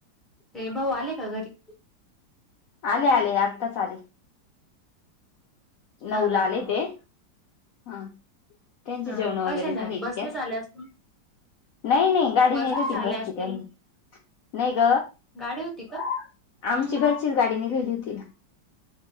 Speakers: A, in the centre; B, on the left.
A: ते भाऊ आले का घरी?
B: आले आले आत्ताच आले.
A: हा
B: नऊला
A: हा
B: आले
A: हा
B: ते हा त्यांची
A: हा
B: जेवण वगैरे
A: कशाने
B: झाले
A: आले
B: इतक्यात
A: बसनेच आले असतील?
B: नाही नाही गाडी
A: बसनेच
B: नेली होती न
A: आले
B: घरची
A: असतील
B: त्यांनी. नाही ग
A: गाडी होती का?
B: आमची
A: हम्म
B: घरचीच गाडी निघाली होती ना?